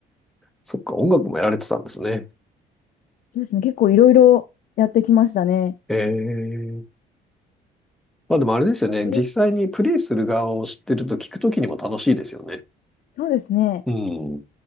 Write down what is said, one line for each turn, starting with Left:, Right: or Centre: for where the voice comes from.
Centre: そっか、音楽もやられてたんですね。
Left: そうですね、結構いろいろやってきましたね。
Centre: ええ。まあでもあれですよね。実際にプレイする側を知ってると聞くときにも楽しいですよね。
Left: え、そうですね。
Centre: うん。